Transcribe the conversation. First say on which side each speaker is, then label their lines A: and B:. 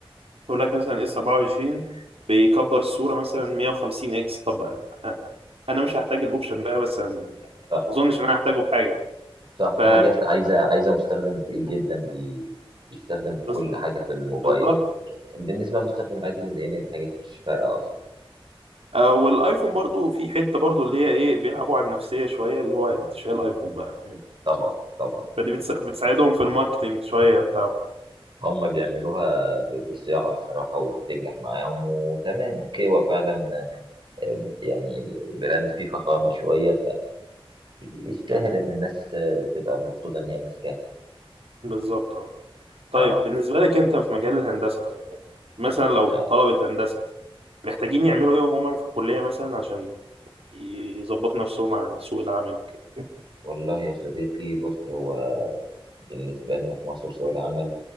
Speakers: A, on the right; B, on the right.
A: يقول لك مثلا اس 24 بيكبر الصورة مثلا 150 اكس طب انا مش هحتاج الاوبشن ده مثلا ما
B: صح
A: اظنش ان انا هحتاجه في حاجة
B: صح
A: ف
B: في حاجات عايزه عايزه مستخدم تقيل جدا بي... بيستخدم كل
A: بز-
B: حاجه في الموبايل
A: بالظبط
B: بالنسبه للمستخدم العادي اللي زينا دي حاجات مش فارقه اصلا
A: آه، والايفون برضو في حتة برضو اللي هي ايه بيلعبوا على النفسية شوية اللي هو انت شايل ايفون بقى فاهم
B: طبعا طبعا
A: فدي بتس- بتساعدهم في الماركتينج شوية بتاعه
B: هم بيعملوها ب- بصياعه بصراحه وبتنجح معاهم وتمام اوكي هو فعلا يعني براند فيه فخامة شوية يستاهل إن الناس تبقى مبسوطة إن هي ماسكاه
A: بالظبط طيب
B: آه
A: بالنسبة لك أنت في مجال الهندسة طيب يعني مثلا لو
B: آه
A: طلبة هندسة محتاجين يعملوا إيه وهم في الكلية مثلا عشان يظبطوا نفسهم على سوق العمل كده
B: والله يا صديقي بص هو بالنسبة لنا في مصر سوق العمل